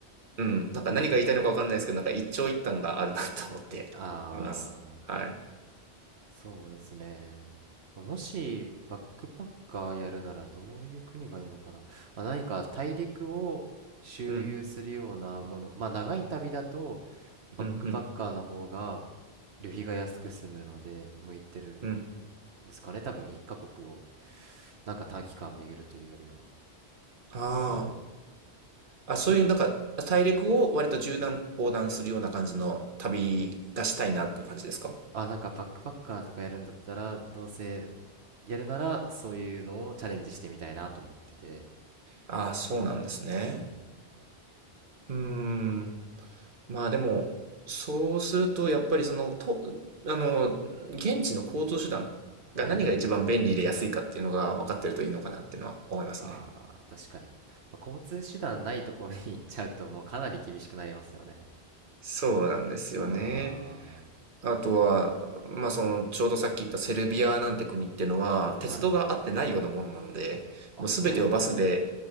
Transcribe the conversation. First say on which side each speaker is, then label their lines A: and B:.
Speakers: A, on the right; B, on the right.
A: うん。なんか何が言いたいのかわかんないですけど、なんか一長一短があるなと思っています。
B: ああ、
A: はい。
B: そうですね。もしバックパッカーやるならどういう国がいいのかな。あ、何か大陸を周遊するようなもの。
A: うん、
B: まあ長い旅だとバックパッカーの方が
A: うん、うん、
B: 旅費が安く済むので向いてるん
A: うん。
B: ですかね。多分1カ国をなんか短期間巡るというよりは。
A: ああ、
B: です。
A: あ、そういうなんか大陸を割と縦断横断するような感じの旅がしたいなっていう感じですか
B: あ、なんかバックパッカーとかやるんだったらどうせやるならそういうのをチャレンジしてみたいなと思ってて。
A: ああ、そうなんですね。
B: うん
A: うーん。まあでも、そうするとやっぱりその、と、あの、現地の交通手段が何が一番便利で安いかっていうのが分かってるといいのかなっていうのは思いますね。
B: はいはい。ああ、確かに。まあ交通手段ないところに行っちゃうと、もうかなり厳しくなりますよね。
A: そうなんですよね。
B: あ
A: あとは、まあ、その、ちょうどさっき言ったセルビアなんて国ってのは、鉄道があってないようなもんなので、
B: あ、はい。あ、
A: もうすべてをバスで
B: そうなんですね。